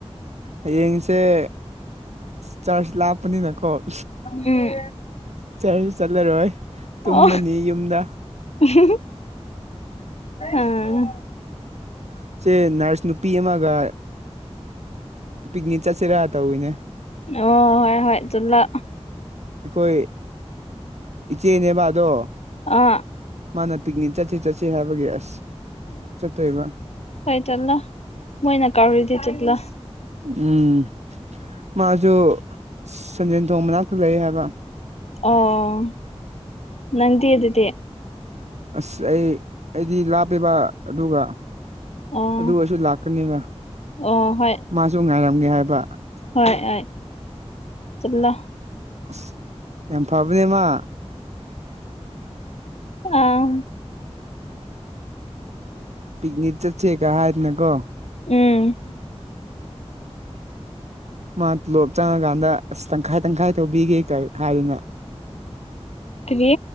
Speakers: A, on the right (about 85°); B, on the left (about 70°).
A: ꯍꯌꯦꯡꯁꯦ ꯆꯥꯔꯖ ꯂꯥꯞꯄꯅꯤꯅꯀꯣ
B: ꯎꯝ
A: ꯆꯠꯁ ꯆꯠꯂꯔꯣꯏ ꯇꯨꯝꯃꯅꯤ
B: ꯑꯣ
A: ꯌꯨꯝꯗ
B: <inaudible>
A: <inaudible>
B: ꯑꯥ
A: ꯆꯦ ꯅꯔꯁ ꯅꯨꯄꯤ ꯑꯃꯒ ꯄꯤꯛꯅꯤꯛ ꯆꯠꯁꯤꯔꯥ ꯇꯧꯋꯤꯅꯦ
B: ꯑꯣ ꯍꯣꯏ ꯍꯣꯏ ꯆꯠꯂꯣ
A: ꯑꯩꯈꯣꯏ ꯏꯆꯦꯅꯦꯕ ꯑꯗꯣ
B: ꯑꯥ
A: ꯃꯥꯅ ꯄꯤꯛꯅꯤꯛ ꯆꯠꯁꯤ ꯆꯠꯁꯤ ꯍꯥꯏꯕꯒꯤ ꯑꯁ ꯆꯠꯇꯣꯏꯕ
B: ꯍꯥꯏ ꯆꯠꯂꯣ ꯃꯣꯏꯅ ꯀꯥꯥꯎꯔꯤꯗꯤ ꯆꯠꯂꯣ
A: ꯎꯝ ꯃꯥꯁꯨ ꯁꯟꯖꯦꯟ ꯊꯣꯡ ꯃꯅꯥꯛꯇ ꯂꯩ ꯍꯥꯏꯕ
B: ꯑꯣ ꯅꯪꯗꯤ ꯑꯗꯨꯗꯤ
A: ꯑꯁ ꯑꯩ ꯑꯩꯗꯤ ꯂꯥꯞꯄꯦꯕ ꯑꯗꯨꯒ
B: ꯑꯣ
A: ꯑꯗꯨ ꯑꯣꯏꯁꯨ ꯂꯥꯛꯀꯅꯦꯕ
B: ꯑꯣ ꯍꯣꯏ
A: ꯃꯥꯁꯨ ꯉꯥꯏꯔꯝꯒꯦ ꯍꯥꯏꯕ
B: ꯍꯣꯏ ꯍꯣꯏ ꯆꯠꯂꯣ
A: ꯑꯁ ꯌꯥꯝ ꯐꯕꯅꯦ ꯃꯥ
B: ꯑꯥ
A: ꯄꯤꯛꯅꯤꯛ ꯆꯠꯁꯦꯒ ꯍꯥꯏꯗꯅꯀꯣ
B: ꯎꯝ
A: ꯃꯥ ꯇꯣꯂꯣꯞ ꯆꯪꯉꯀꯥꯟꯗ ꯑꯁ ꯇꯪꯈꯥꯏ ꯇꯪꯈꯥꯏ ꯇꯧꯕꯤꯒꯦ ꯀꯩ ꯍꯥꯏꯗꯅ
B: ꯀꯔꯤ